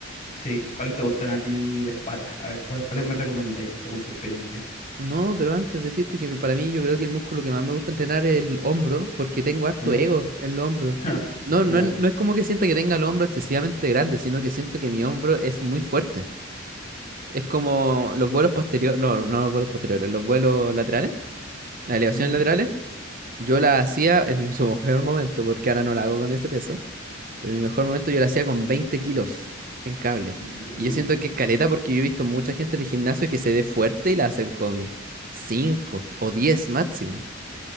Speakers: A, on the left; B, on the right.
A: sí, ¿cuáles te gustan a ti de espalda? A ver, ¿cuál- ¿cuáles me recomendáis según tu experiencia?
B: No, pero antes decirte que para mí yo creo que el músculo que más me gusta entrenar es el hombro, porque tengo harto
A: Mm,
B: ego en el hombro.
A: <laughs>
B: No, no,
A: Ya.
B: es- no es como que sienta que tenga el hombro excesivamente grande, sino que siento que mi hombro es muy fuerte. Es como los vuelos posteriores, no, no los vuelos posteriores, los vuelos laterales. las elevaciones
A: ujú.
B: laterales, yo la hacía en <laughs> su mejor momento, porque ahora no la hago con ese peso, pero en mi mejor momento yo la hacía con 20 kilos en cable.
A: Uh,
B: Y yo siento que es caleta porque yo he visto mucha gente en el gimnasio que se ve fuerte y la hacen con 5 o 10 máximo.